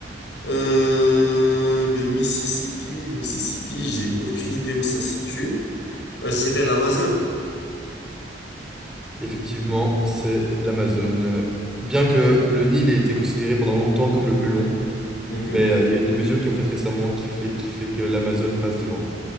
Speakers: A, on the left (about 80°); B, in the centre.
A: Euh, le Mississippi, Mississippi, j'ai aucune idée où ça se situe. Euh, je dirais l'Amazone.
B: Effectivement, c'est l'Amazone. Euh, Bien que le Nil ait été considéré pendant longtemps comme le plus long,
A: Mhm.
B: mais euh, il y a eu des mesures qui ont fait récemment qui fait, qui fait que l'Amazone passe devant.